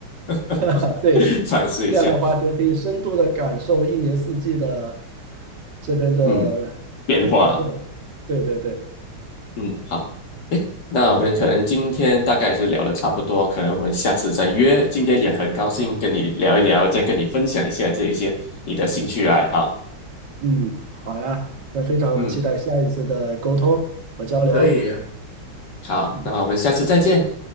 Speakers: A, on the left (about 55°); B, on the right (about 60°).
A: <laughs>
B: <laughs> 对。
A: 尝试一下，
B: 这样的话就可以深度的感受一年四季的这边的
A: 嗯，变化，
B: 活动。对对对，
A: 嗯，好。那我们可能今天大概是聊的差不多，可能我们下次再约。今天也很高兴跟你聊一聊，再跟你分享一下这一些你的兴趣爱好。
B: 嗯，好呀，那非常我们期待下一次的沟通和交流。
A: 嗯，可以啊，好，
B: 嗯，
A: 那我们下次再见。